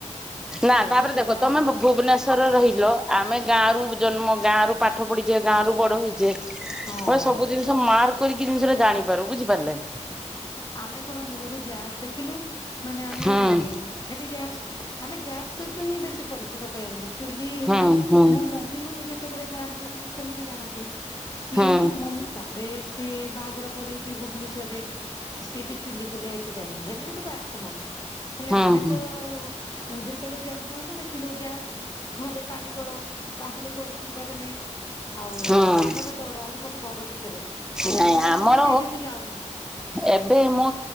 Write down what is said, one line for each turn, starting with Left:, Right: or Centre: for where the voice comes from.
Centre: ନା ତାପରେ
Left: କିଛି
Centre: ଦେଖ
Left: ଜାଣେନା
Centre: ତମେ ‍ଭୁବନେଶ୍ୱରେ ରହିଲ ଆମେ ଗାଁ ର ଜନ୍ମ ଗାଁ ରୁ ପାଠ ପଢିଛେ ଗାଁରୁ ବଡ ହେଇଛେ
Left: ହଁ।
Centre: ମାନେ ସବୁ ଜିନି ମାର୍କ କରିକି ଜିନିଷଟା ଜାଣିପାରୁ ବୁଝିପାରିଲେ?
Left: ଆମେ କଣ ମୂଳରୁ ଗ୍ୟାସ୍ ଦେଖିଲୁ ମାନେ ଆମେ
Centre: ହୁଁ
Left: ଖାଲି ଗ୍ୟାସ୍ ଆମେ ଗ୍ୟାସ୍ ସହିତ ହିଁ ବେଶୀ ପରିଚିତ କହିବାକୁ ଗଲେ। ଚୁଲି
Centre: ହୁଁ
Left: ମାନେ
Centre: ହୁଁ
Left: ମୋ ମମି ମାନେ ଯେତେବେଳେ ଗାଁରେ ରହୁଥିଲେ ସେମାନେ ଜାଣନ୍ତି। ସିଏ
Centre: ହୁଁ
Left: ହି ମମି ତାପରେ ସିଏ ବାହାଘର ପରେ ଏଇଠି ଭୁବନେଶ୍ୱରରେ ସିଏ ବି ଚୁଲି ଫୁଲି ଏତେ ଜାଣେନା ହେଲେ ବି ତାକୁ ଆସେ ମନ ହେଲେ
Centre: ହୁଁ
Left: ଆମେ
Centre: ହୁଁ
Left: ତ ଯେତେବେଳେ ଜନ୍ମ ହେଲୁ ଦେଖିଲୁ ଗ୍ୟାସ୍ ଘରେ ପାଣି କୋଳ ବାହାରେ କୁଆଡେ ଯିବାର ନାଇଁ ଆଉ
Centre: ହୁଁ ହୁଁ
Left: ଆମର ଡର ଆମ ସବୁ ଘର ଭିତରେ ଆମେ
Centre: ନାଇଁ
Left: ଗାଁକୁୁ
Centre: ଆମର
Left: ବି ସେଇ ଯୋଗୁ ଯାଉନି
Centre: ଏବେ ମଁ